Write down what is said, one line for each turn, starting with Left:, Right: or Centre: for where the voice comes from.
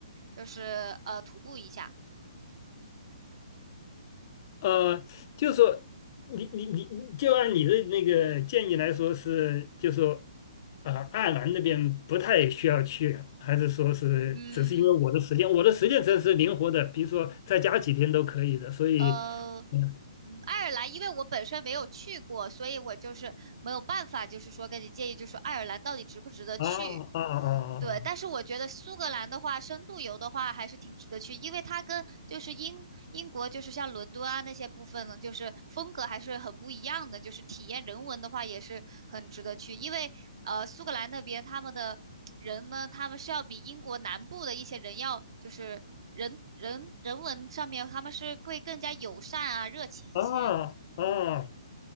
Right: 就是呃徒步一下。
Left: 呃，就说你你你，就按你的那个建议来说是，就说啊、呃爱尔兰那边不太需要去，还是说是只是因为我的时间，
Right: 嗯，
Left: 我的时间真是灵活的，比如说再加几天都可以的，所以嗯
Right: 呃，嗯，爱尔兰，因为我本身没有去过，所以我就是没有办法，就是说跟你建议，就是说爱尔兰到底值不值得去？
Left: 啊啊啊
Right: 对，但是我觉得苏格兰的话，深度游的话还是挺值得去，因为它跟就是英英国就是像伦敦啊那些部分呢，就是风格还是很不一样的，就是体验人文的话也是很值得去，因为呃苏格兰那边他们的。人呢，他们是要比英国南部的一些人要，就是人人人文上面，他们是会更加友善啊、热情一些。
Left: 啊啊啊，
Right: 嗯，